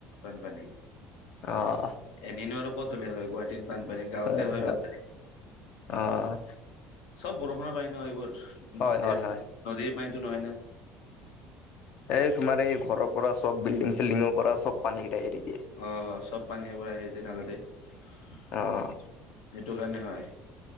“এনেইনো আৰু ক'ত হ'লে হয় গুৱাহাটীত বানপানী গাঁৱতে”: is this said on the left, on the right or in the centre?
Left